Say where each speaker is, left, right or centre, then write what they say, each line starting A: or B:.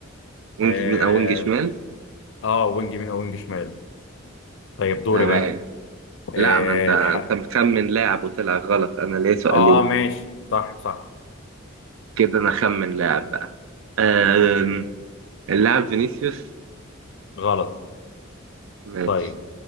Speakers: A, on the right; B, on the left.
A: وينج
B: آه،
A: يمين او وينج شمال
B: اه وينج يمين او وينج شمال طيب دوري
A: تمام
B: بقى آه
A: لا ما انت انت
B: الح...
A: مخمن لاعب وطلع غلط انا ليا سؤالين
B: اه ماشي صح صح
A: كده انا خمن لاعب بقى آه اللاعب فينيسيوس
B: غلط
A: ماشي
B: طيب